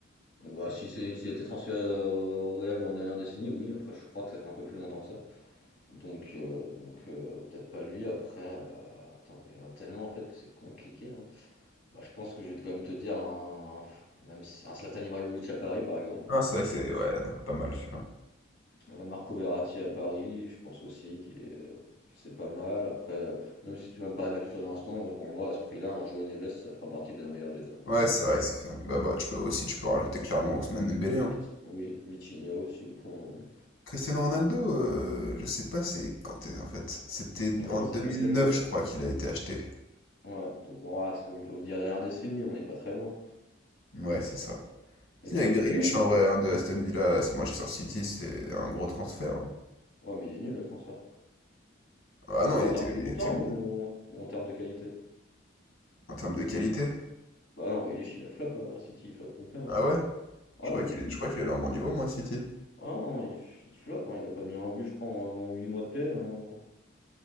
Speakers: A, on the left; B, on the left.
A: Bon, bah, si c'est, s'il a été transféré euh, au Real dans la dernière décennie, oui. Après, je crois que ça fait un peu plus longtemps que ça. Donc, euh, donc euh, peut-être pas lui. Après, euh, putain, il y en a tellement en fait que c'est compliqué. hein. Bah, je pense que je vais quand même te dire un, même si- un Zlatan Ibrahimovic à Paris, par exemple,
B: Ah, c'est vrai
A: je
B: que
A: pense.
B: c'est ouais, ouais, pas mal celui-là.
A: Euh, Marco Verratti à Paris, je pense aussi qu'il est, euh, que c'est pas mal. Après, euh, même si tu vas me parler de l'action de l'instant, moi, pour moi, à ce prix-là, un Joao Neves, ça fera partie d'un meilleur des, d'un
B: Ouais,
A: des meilleurs
B: c'est
A: transferts.
B: vrai que ça fait... Bah, bah, tu peux aussi tu peux rajouter clairement Ousmane Dembélé, hein.
A: Vit- oui, Vitinha aussi, ou pour non est.
B: Cristiano Ronaldo, euh, je sais pas c'est quand est- en fait. C'était
A: Bon,
B: en
A: je pense
B: deux
A: que ça
B: mille
A: fait peut-être
B: neuf
A: un...
B: je crois, qu'il a été acheté.
A: Ouais, donc bon, ah, ce qu'on peut dire derrière décennie, on n'est pas très loin.
B: Ouais, c'est ça.
A: Et
B: Il
A: toi,
B: y a Grealish,
A: tu dirais qui?
B: en
A: toi
B: vrai, hein, de Aston Villa à Manchester City, c'est un gros transfert. hein.
A: Ouais, mais il est nul le transfert.
B: Ah non,
A: Pas
B: il
A: en
B: était,
A: termes
B: il
A: de montant
B: était bon,
A: ou ou en termes de qualité?
B: en termes de qualité.
A: Bah non, Grealish, il a flop hein, à City, il flop complet. hein.
B: Ah ouais?
A: Ah
B: Je croyais
A: oui,
B: qu'il est- je croyais qu'il avait un bon niveau, moi, à City.
A: ah non, il, f- il floppe, hein, il a pas mis un but, je crois, en 8 mois de PL. hein. non.